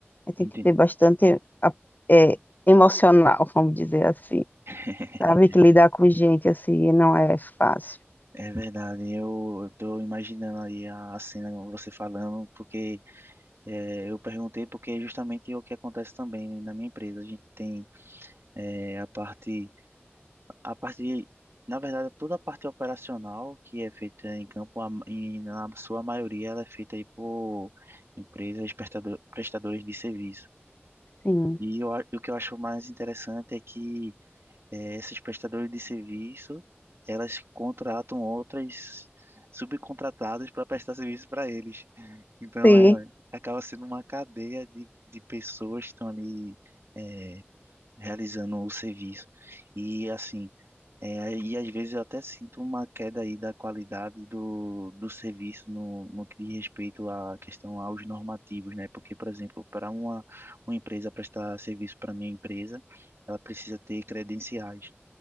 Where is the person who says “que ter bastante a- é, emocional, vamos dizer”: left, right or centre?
Left